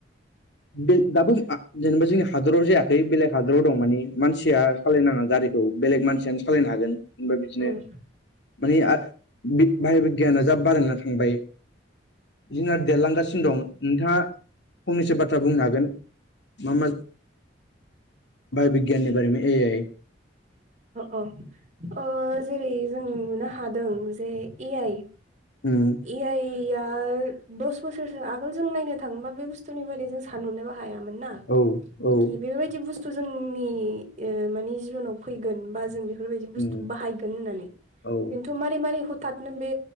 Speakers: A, on the left (about 65°); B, on the right (about 40°).
A: बे दाबो जेनेबा जोंनि हादराव जायाखै बेलेग हादराव दं मानिे मानसिया सालायनाङा गारिखौ बेलेग मानसियानो सालायनो हागोन बा बिदिनो
B: उम
A: मानिे बाहेर बिगियाना जा बारायना थांबाय जोंनाना देरलांगासिनो दं नोंथाङा फंनैसो बाथ्रा बुंनो हागोन म म बाय'बिगियाननि बारै ए आइ
B: औ औ जेरै जों नुनो हादों जे ए आइ
A: उम
B: ए आइया दस बोसोरसो आगोल जों नायनो थाङोबा बे बुस्थुनि बारै जों सानहरनोबो हायामोन ना
A: औ औ
B: कि बेफोरबायदि बुस्थु जोंनि माने जिबनाव फैगोन बा जों बे बेफोरबायदि बुस्थु
A: उम
B: बाहायगोन होननानै
A: औ
B: खिन्थु मारै मारै थारनो बे